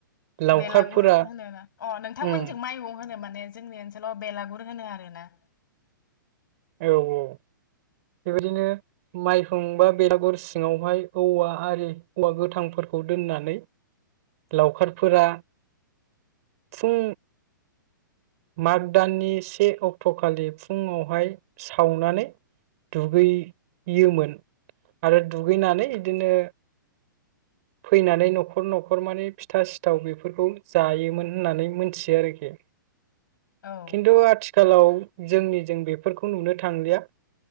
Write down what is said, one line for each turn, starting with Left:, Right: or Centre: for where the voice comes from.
Right: लावखारफोरा
Left: बेलागुर होनोना अ नोंथांमोनजों
Right: उम
Left: माइहुं। होनो माने जोंनि ओनसोलाव बेलागुर होनो आरोना।
Right: औ औ बेबायदिनो माइहुं बा बेलागुर सिङावहाय औवा आरि औवा गोथांफोरखौ दोननानै लावखारफोरा फुं माग दाननि से अक्टखालि फुङावहाय। सावनानै दुगैयोमोन आरो दुगैनानै बिदिनो। फैनानै नखर नखर माने फिथा सिथाव बेफोरखौ जायोमोन होननानै मोन्थियो आरोखि।
Left: औ
Right: खिन्थु आथिखालाव। जोंनि जों बेफोरखौ नुनो थांलिया।